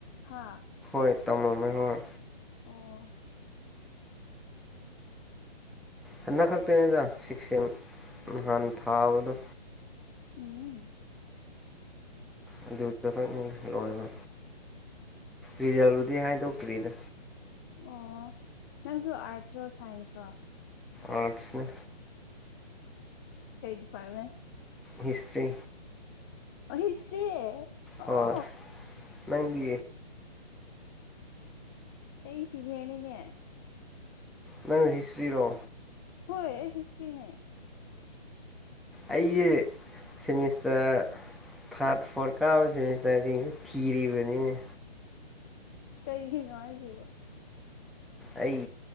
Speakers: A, on the left; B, in the centre.
A: ꯍꯥ
B: ꯍ ꯇꯝꯝꯃꯦ ꯍꯣꯏ
A: ꯑꯣ
B: ꯍꯟꯗꯛ ꯈꯛꯇꯅꯤꯗ ꯁꯤꯛꯁꯦ ꯅꯍꯥꯟ ꯊꯥꯕꯗꯣ
A: ꯎꯝ
B: ꯑꯗꯨꯗꯨꯈꯛꯅꯤ ꯂꯣꯏꯔꯤꯕ ꯔꯤꯖꯜꯗꯨꯨꯗꯤ ꯍꯥꯏꯗꯣꯛꯇ꯭ꯔꯤꯗ
A: ꯑꯣ ꯅꯪꯁꯨ ꯑꯥꯔꯠꯁꯔꯣ ꯁꯥꯏꯟꯁ꯭ꯔꯣ
B: ꯑꯔꯠꯁꯅꯦ
A: ꯀꯩ ꯗꯤꯄꯥꯔꯠ꯭ꯃꯦꯟ
B: ꯍꯤꯁꯇ꯭ꯔꯤ
A: ꯍꯤꯁꯇꯔꯤ
B: ꯍꯣꯏ
A: ꯑ
B: ꯅꯪꯗꯤ
A: ꯑꯩ ꯁꯤꯖꯦꯅꯤꯅꯦ
B: ꯅꯪ ꯍꯤꯁꯇ꯭ꯔꯤ ꯔꯣ
A: ꯍꯣꯏ ꯑꯩ ꯍꯤꯁꯇ꯭ꯔꯤꯅꯦ
B: ꯑꯩꯖꯦ ꯁꯤꯃꯤꯁꯇꯔ ꯊꯥꯔꯇ ꯐꯣꯔꯠ ꯀꯥꯕ ꯁꯤꯃꯤꯁꯇꯔ ꯁꯤꯡꯁꯦ ꯊꯤꯔꯤꯅꯤ
A: ꯀꯩꯒꯤ ꯅꯣ ꯑꯥꯏꯖꯤꯕꯨ
B: ꯑꯩ